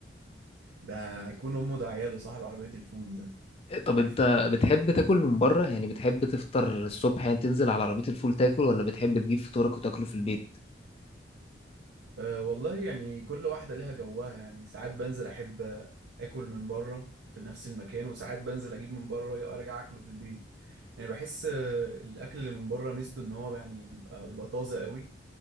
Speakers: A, on the right; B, on the left.
A: ده هيكون امه ده عياله صاحب عربيه الفول ده
B: طب
A: عارف
B: انت بتحب تاكل من بره يعني بتحب تفطر الصبح يعني تنزل على عربية الفول تاكل ولا بتحب تجيب فطورك وتاكله في البيت
A: أه والله يعني كل واحدة ليها جوها يعني ساعات بنزل أحب آكل من بره في نفس المكان وساعات بنزل أجيب من بره وأجي- وأرجع أكله في البيت يعني بحس آه، الأكل اللي من بره ميزته إن هو يعني بيبقى بيبقى طازة قوي